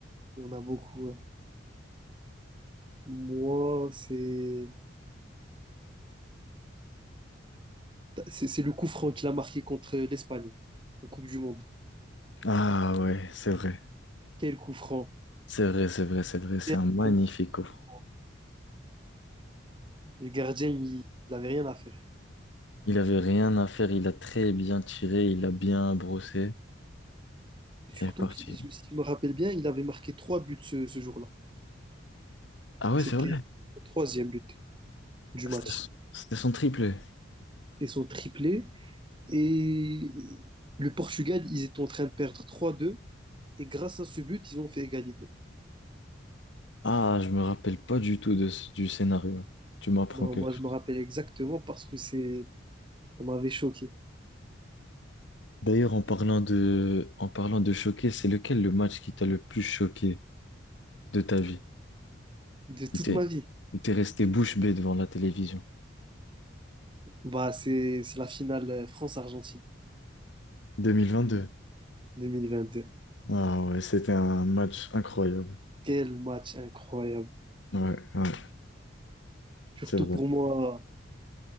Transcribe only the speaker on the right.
Il y en a beaucoup. ouais. Moi, c'est c'est c'est le coup franc qu'il a marqué contre l'Espagne en Coupe du Monde.
Quel coup franc!
Quel
magnifique. coup
franc. Le gardien, il n'avait rien à faire.
Et surtout,
qu'il- si je me rappelle bien, il avait marqué trois buts ce, ce jour-là.
C'était
son troisième but. du match.
Et son triplé. Et le Portugal, ils étaient en train de perdre 3-2. Et grâce à ce but, ils ont fait égalité.
Non,
moi, je
me rappelle exactement parce que c'est, ça m'avait choqué
de toute
ma vie.
Bah, c'est, c'est la finale France-Argentine
2022.
Quel match incroyable.
Surtout
pour moi,